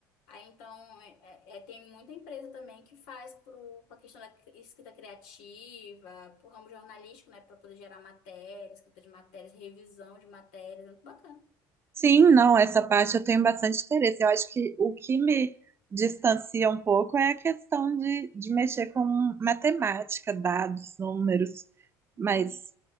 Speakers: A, on the left; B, on the right.
A: Aí então é, é- é, tem muita empresa também que faz para a questão da cri- escrita criativa, para o ramo jornalístico, né, para poder gerar matérias, escrita de matérias, revisão de matérias, é muito bacana.
B: Sim, não, essa parte eu tenho bastante interesse. Eu acho que o que me distancia um pouco é a questão de, de mexer com matemática, dados, números.
A: Uhum.
B: Mas,